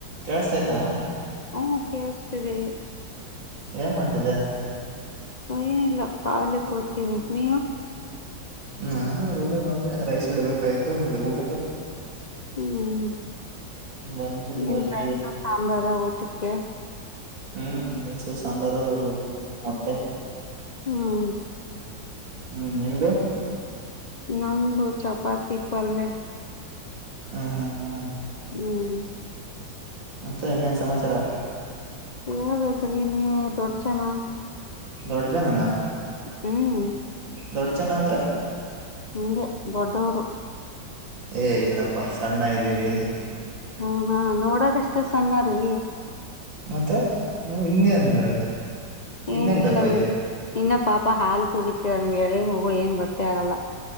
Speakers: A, on the right; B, on the left.
A: ಕೇಳಸ್ತ ಆಯ್ತಾ
B: ಹ್ಮ ಕೇಳಿಸ್ತಿದೆ
A: ಏನ್ ಮಾಡ್ತಿದ್ದ
B: ಏನಿಲ್ಲ ಕಾಲಿಕ್ಕೆ ಹ್ತೀನಿ ನೀವು
A: ಹಾ ರೂಮಾಗ ಬಂದೆ ರೈಸ್ ಇಡ್ಬೇಕಾಯ್ತು ನೋಡಿ ಊಟಕ್ಕೆ
B: ಹ್ಮ್
A: ಬಂದು ಇವಾಗ
B: ನಿಮಸ
A: ಇಟ್ಟಿದ್ದೀನಿ
B: ಸಾಂಬಾರ ಊಟಕ್ಕೆ
A: ಹ್ಮ್ ರೈಸ್ು ಸಾಂಬಾರು ಮೊಟ್ಟೆ
B: ಹ್ಮ್
A: ಹ್ಮ್ ನಿಮ್ದು
B: ನಮ್ದು ಚಪಾತಿ ಪಲ್ಲೇ
A: ಹ್ಮ್ ಹ್ಮ್ ಹ್ಮ್
B: ಹ್ಮ್
A: ಮತ್ತೆ ಇನ್ನೇನ್ ಸಮಾಚಾರ
B: ಹೇಳ್ಬೇಕ್ರಿ ನೀವೇ ದೊಡ್ ಜನ
A: ದೊಡ್ ಜನನ
B: ಹ್ಮ್
A: ದೊಡ್ ಜನ ಅಂದ್ರೆ
B: ಹಂಗೆ ದೊಡ್ಡವರು
A: ಏ ಇಲ್ಲಪ್ಪಾ ಸಣ್ಣ ಇದ್ದೀವಿ
B: ಹ್ಮ ಹಾ ನೋಡಕ್ಷ್ಟ ಸಣ್ಣ ರೀ
A: ಮತ್ತೆ ನ ಇನ್ನೇ ಅಂದ್ರಗ್ ಇನ್ನೇಂಗ
B: ಏನಿಲ್ಲ
A: ದಪ್ಪ
B: ಬಿಡ್ರಿ
A: ಇದೆ
B: ಇನ್ನ ಪಾಪ ಹಾಲು ಕುೂಡತಿರ ನೀ ಎಳೆ ಹಗು ಏನ್ ಗೊತ್ತೇ ಆಗಲ್ಲ